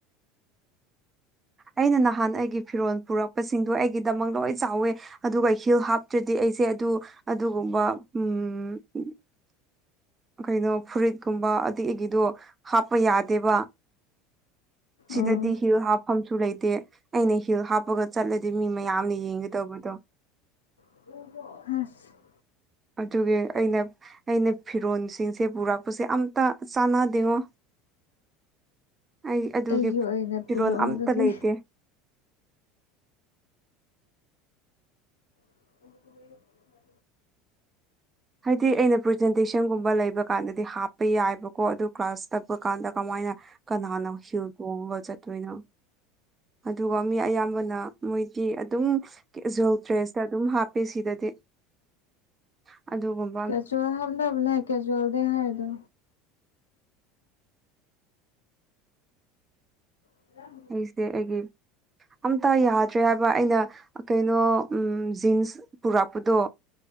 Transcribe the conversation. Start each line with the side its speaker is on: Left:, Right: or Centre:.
Right: ꯑꯩꯅ ꯅꯍꯥꯟ ꯑꯩꯒꯤ ꯐꯤꯔꯣꯜ ꯄꯨꯔꯛꯄꯁꯤꯡꯗꯣ ꯑꯩꯒꯤꯗꯃꯛ ꯂꯣꯏ ꯆꯥꯎꯋꯦ ꯑꯗꯨꯒ ꯍꯤꯜ ꯍꯥꯞꯇ꯭ꯔꯗꯤ ꯑꯩꯁꯦ ꯑꯗꯨ ꯑꯗꯨꯒꯨꯝꯕ ꯎꯝ ꯀꯩꯅꯣ ꯐꯨꯔꯤꯠꯀꯨꯝꯕ ꯑꯗꯤ ꯑꯩꯒꯤꯗꯨ ꯍꯥꯞꯄ ꯌꯥꯗꯦꯕ ꯁꯤꯗꯗꯤ
Left: ꯑꯣ
Right: ꯍꯤꯜ ꯍꯥꯞꯐꯝꯁꯨ ꯂꯩꯇꯦ ꯑꯩꯅ ꯍꯤꯜ ꯍꯥꯞꯄꯒ ꯆꯠꯂꯗꯤ ꯃꯤ ꯃꯌꯥꯝꯅ ꯌꯦꯡꯒꯗꯧꯕꯗꯣ
Left: <unintelligible>
Right: ꯑꯗꯨꯒꯤ ꯑꯩꯅ ꯑꯩꯅ ꯐꯤꯔꯣꯜꯁꯤꯡꯁꯦ ꯄꯨꯔꯛꯄꯁꯦ ꯑꯝꯇ ꯆꯥꯟꯅꯗꯦꯉꯣ ꯑꯩ ꯑꯗꯨꯒꯤ
Left: ꯑꯩꯒꯤ ꯑꯣꯏꯅ
Right: ꯐꯤꯔꯣꯜ
Left: ꯄꯨꯔꯛꯑꯣ
Right: ꯑꯝꯇ
Left: ꯑꯗꯨꯗꯤ
Right: ꯂꯩꯇꯦ
Left: <unintelligible>
Right: ꯍꯥꯏꯗꯤ ꯑꯩꯅ ꯄ꯭ꯔꯖꯦꯟꯇꯦꯁꯟꯒꯨꯝꯕ ꯂꯩꯕ ꯀꯥꯟꯗꯗꯤ ꯍꯥꯞꯄ ꯌꯥꯏꯕꯀꯣ ꯑꯗꯨ ꯀ꯭ꯂꯥꯁ ꯇꯄ ꯀꯥꯟꯗ ꯀꯃꯥꯏꯅ ꯀꯅꯥꯅ ꯍꯤꯜ ꯇꯣꯡꯉꯒ ꯆꯠꯇꯣꯏꯅꯣ ꯑꯗꯨꯒ ꯃꯤ ꯑꯌꯥꯝꯕꯅ ꯃꯣꯏꯗꯤ ꯑꯗꯨꯝ ꯀꯦꯖ꯭ꯋꯦꯜ ꯗ꯭ꯔꯦꯁꯇ ꯑꯗꯨꯝ ꯍꯥꯞꯄꯦ ꯁꯤꯗꯗꯤ ꯑꯗꯨꯒꯨꯝ
Left: ꯀꯦꯖ꯭ꯋꯦꯜ ꯍꯥꯞꯅꯕꯅꯦ ꯀꯦꯖ꯭ꯋꯦꯜ ꯗꯦ ꯍꯥꯏꯗꯣ <unintelligible>
Right: ꯑꯩꯁꯦ ꯑꯩꯒꯤ ꯑꯝꯇ ꯌꯥꯗ꯭ꯔꯦ ꯍꯥꯏꯕ ꯑꯩꯅ ꯀꯩꯅꯣ ꯎꯝ ꯖꯤꯟꯁ ꯄꯨꯔꯛꯄꯗꯨ